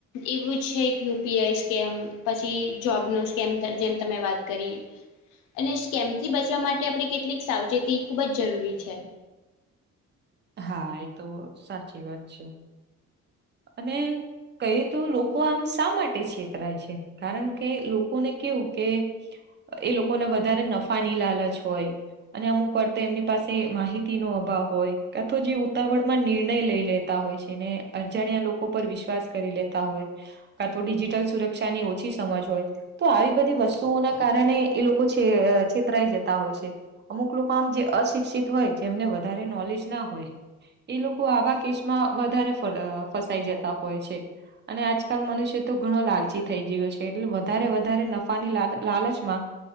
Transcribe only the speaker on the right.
હા એ તો સાચી વાત છે. અને કહી તો લોકો આમ શા માટે છેતરાય છે, કારણ કે લોકોને કેવું કે એ લોકોને વધારે નફાની લાલચ હોય અને અમુક વાર તો એમની પાસે માહિતી નો અભાવ હોય કા તો જે ઉતાવળ માં નિર્ણય લઈ લે તા હોય છેને અજાણ્યા લોકો પર વિશ્વાસ કરી લેતા હોય. કા તો ડિજિટલ સુરક્ષા ની ઓછી સમજ હોય. તો આવી બધી વસ્તુઓના કારણે એ લોકો છે છેતરાઈ જતા હોય છે. અમુક લોકો આમ જે અશિક્ષિત હોય જેમને વધારે નોલેજ ના હોય. એ લોકો આવા કેસમાં વધારે ફસાઈ જતા હોય છે. અને આજકાલ મનુષ્ય તો ઘણો લાલચી થઈ ગયો છે એટલે વધારે વધારે નફાની લાલ લાલચમાં